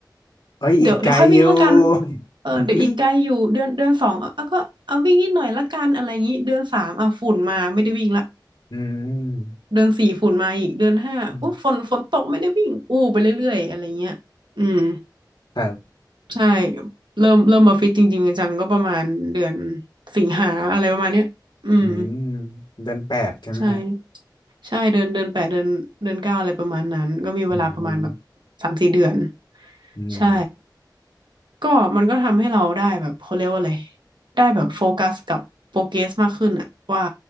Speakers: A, on the left; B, on the right.
A: เอ้ยอีกไกลอยู่
B: เดี๋ยวเดี๋ยวค่อยวิ่งละกัน
A: <laughs>
B: เออเดี๋ยวอีกไกลอยู่เดือนเดือนสองเอาเอาก็เอาวิ่งนิดหน่อยละกันอะไรงี้เดือนสามอ่ะฝุ่นมาไม่ได้วิ่งละ
A: อืมอืม
B: เดือนสี่ฝุ่นมาอีกเดือนห้าอุ๊ยฝนฝนตกไม่ได้วิ่งอู้ไปเรื่อยๆอะไรเงี้ยอืม
A: อืมครับ
B: ใช่เริ่มเริ่มมาฟิตจริงๆจังๆก็ประมาณเดือนสิงหาอะไรประมาณเนี้ยอืม
A: อืมเดือนแปดใช่ไหมฮะ
B: ใช่ใช่เดือนเดือนแปดเดือนเดือนเก้าอะไรประมาณนั้นก็มีเวลาประมาณแบบสามสี่เดือน
A: อืมอืม
B: ใช่ก็มันก็ทำให้เราได้แบบเขาเรียกว่าอะไรได้แบบโฟกัสกับโปรเกรสมากขึ้นอะว่า